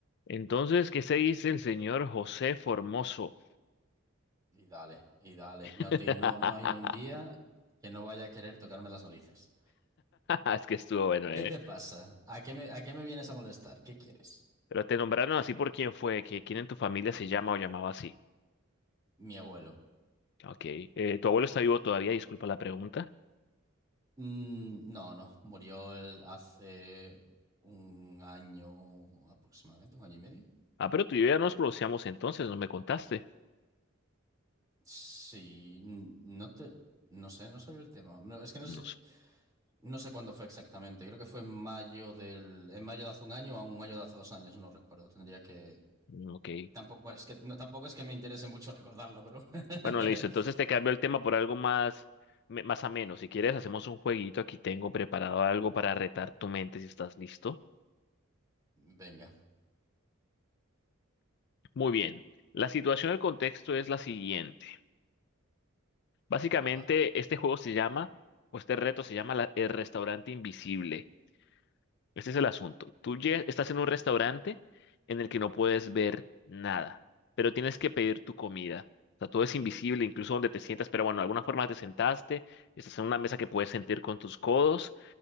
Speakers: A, on the left (about 55°); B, on the right (about 20°).
A: Entonces, ¿qué se dice el señor José Formoso?
B: Y dale, y dale.
A: <laughs>
B: No, ti- no, no hay un día que no vaya a querer tocarme las narices.
A: Es que estuvo bueno, ¿eh?
B: ¿Qué te pasa? ¿A qué me, a qué me vienes a molestar? ¿Qué quieres?
A: Pero te nombraron así por quién fue, que quién en tu familia se llama o llamaba así.
B: Mi abuelo.
A: Ok. Eh, ¿tu abuelo está vivo todavía? Disculpa la pregunta.
B: Mm, no, no. Murió él hace un año aproximadamente, un año y medio.
A: Ah, pero tú y yo ya nos conocíamos entonces, no me contaste.
B: Sí, mm, no te, no sé, no sabía el tema. No, es que no sé,
A: Nos...
B: no sé cuándo fue exactamente. Creo que fue en mayo del, en mayo de hace un año o en mayo de hace dos años, no recuerdo. Tendría que
A: Ok.
B: Tampoco, bueno, es que, no, tampoco es que me interese mucho recordarlo, pero.
A: Bueno,
B: <laughs>
A: listo. Entonces te cambio el tema por algo más, me- más ameno. Si quieres, hacemos un jueguito. Aquí tengo preparado algo para retar tu mente si estás listo.
B: Venga,
A: Muy bien. La situación, el contexto es la siguiente. Básicamente,
B: va.
A: este juego se llama, o este reto se llama la- el restaurante invisible. Este es el asunto. Tú lle- estás en un restaurante en el que no puedes ver nada, pero tienes que pedir tu comida. O sea, todo es invisible, incluso donde te sientas, pero bueno, de alguna forma te sentaste, estás en una mesa que puedes sentir con tus codos,